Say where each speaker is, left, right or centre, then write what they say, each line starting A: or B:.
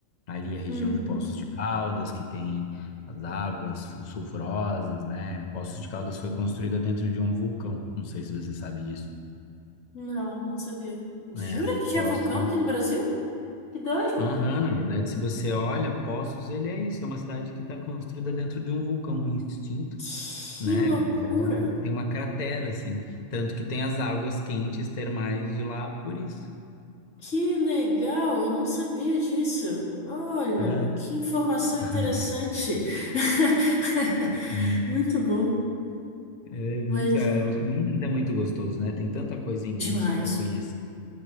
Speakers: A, on the left (about 35°); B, on the left (about 85°).
A: ali a região
B: Uhum.
A: de Poços de Caldas, que tem as águas fu- sulfurosas, né? Poços de Caldas foi construída dentro de um vulcão, não sei se você sabe disso.
B: Não, não sabia. Jura
A: É,
B: que tinha
A: Poços.
B: vulcão aqui no Brasil? Que doido!
A: Aham, na verdade, se você olha, Poços, ele é isso, é uma cidade que está construída dentro de um vulcão, um extinto,
B: Que
A: né?
B: loucura!
A: Mas era, tem uma cratera, assim. Tanto que tem as águas quentes termais de lá por isso.
B: Que legal! Eu não sabia disso. Olha,
A: É.
B: que informação interessante.
A: <laughs>
B: <laughs>
A: Hum,
B: Muito bom,
A: É, é muito,
B: mas
A: é,
B: é,
A: os- Minas é muito gostoso, né? Tem tanta coisa em
B: demais.
A: Minas para conhecer.